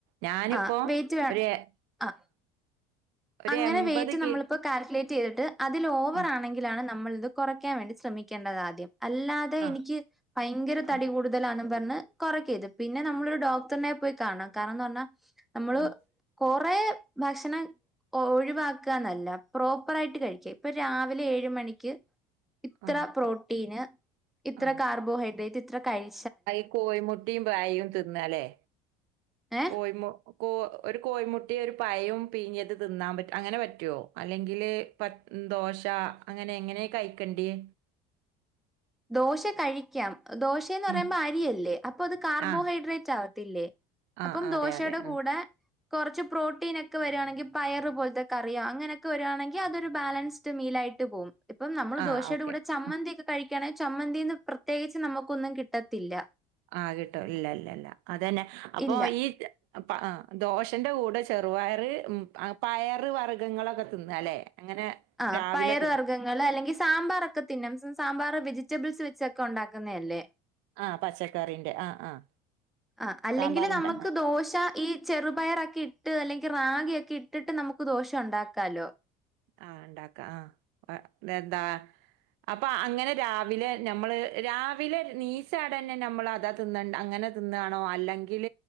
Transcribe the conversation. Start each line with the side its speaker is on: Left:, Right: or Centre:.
Right: ഞാനിപ്പോ
Centre: ആ വെയിറ്റ്
Right: ഒരു എ-
Centre: ആ
Right: ഒരു
Centre: അങ്ങനെ
Right: എൺപത്
Centre: വെയിറ്റ്
Right: കിലോ
Centre: നമ്മളിപ്പോ കാൽക്കുലേറ്റ് ചെയ്തിട്ട് അതിൽ ഓവർ
Right: ആ
Centre: ആണെങ്കിലാണ് നമ്മള് ഇത് കുറയ്ക്കാൻ വേണ്ടി ശ്രമിക്കേണ്ടത് ആദ്യം അല്ലാതെ
Right: ആ
Centre: എനിക്ക് ഭയങ്കര തടികൂടുതലാണ്
Right: ആ
Centre: പറഞ്ഞു കുറക്കരുത് പിന്നെ നമ്മള് ഒരു ഡോക്ടറിനെ പോയി കാണുക കാരണംന്ന് പറഞ്ഞ നമ്മള്
Right: ആഹ്
Centre: കൊ കൊറേ ഭക്ഷണം ഒഴിവാക്കാനല്ല പ്രോപ്പർ ആയിട്ട് കഴിക്കുക ഇപ്പൊ രാവിലെ ഏഴ് മണിക്ക് ഇത്ര
Right: ആഹ്
Centre: പ്രോട്ടീന് ഇത്ര
Right: ആഹ്
Centre: കാർബോഹൈഡ്രേറ്റ് ഇത്ര കഴി
Right: ഈ കോഴി മുട്ടയും ബായും തിന്നല്ലേ
Centre: ഏഹ്
Right: കോഴി മു കോ ഒരു കോയിമുട്ടയും ഒരു പയവും പീഞ്ഞത് തിന്നാൻ പറ്റ അങ്ങനെ പറ്റുവോ അല്ലെങ്കില് പ ദോശ അങ്ങനെ എങ്ങനെയ കഴിക്കണ്ടിയേ
Centre: ദോശ കഴിക്കാം ദോശയന്ന് പറയുമ്പോ
Right: ഉം
Centre: അരിയല്ലേ അപ്പൊ അത് കാർബോഹൈഡ്രേറ്റ്
Right: ആഹ്
Centre: ആണ് ത്തില്ലേ അപ്പം
Right: ആഹ് അതെ
Centre: ദോശയുടെ
Right: അതെ ആഹ്
Centre: കൂടെ കുറച്ച് പ്രോട്ടീൻ ഒക്കെ വരുവാണെക്കി പയറ് പോലത്തെ കറിയോ അങ്ങനെയൊക്കെ വരുവാണെങ്കിൽ അതൊരു ബാലൻസ്ഡ് മീൽആയി ട്ട് പോവും ഇപ്പം നമ്മൾ
Right: ആഹ്
Centre: ദോശയുടെ
Right: ഓക്കെ
Centre: കൂടെ ചമ്മന്തി
Right: ആഹ്
Centre: ഒക്കെ കഴിക്കുകയാണെങ്കിൽ ചമ്മന്തിന്ന് പ്രത്യേകിച്ച് നമുക്കൊന്നും കിട്ടത്തില്ല
Right: ആ കിട്ടോ ഇല്ല ഇല്ല ഇല്ല അതന്നെ അപ്പൊ
Centre: ഇല്ല.
Right: ഈ പ ദോശ ന്റെ കൂടെ ചെറുപയർ പയർ വർഗ്ഗങ്ങളൊക്കെ തിന്ന അല്ലേ അങ്ങനെ
Centre: ആ
Right: രാവിലെ
Centre: പയർ വർഗങ്ങള് അല്ലെങ്കിൽ സാമ്പാർക്കെ തിന്നം സാമ്പാർ വെജിറ്റബിൾസ് വച്ച് ഉണ്ടാക്കുന്ന അല്ലേ
Right: ആഹ് പച്ചക്കറിന്റെ ആഹ് ആഹ്
Centre: ആ അല്ലെങ്കിൽ
Right: സാമ്പാറുണ്ട
Centre: നമുക്ക്
Right: ആഹ്
Centre: ദോശ ഈ ചെറുപയറൊക്കെ ഇട്ട് അല്ലെങ്കിൽ റാഗിയൊക്കെ ഇട്ടിട്ട് നമുക്ക് ദോശ ഉണ്ടാക്കാലോ
Right: ആ ഉണ്ടാക്കാം ആ എന്താ അപ്പൊ അങ്ങനെ രാവിലെ നമ്മള് രാവിലെ നീസാടെ തന്നെ നമ്മൾ അതാ തിന്നണ്ട് അങ്ങനെ തിന്നണോ അല്ലെങ്കിൽ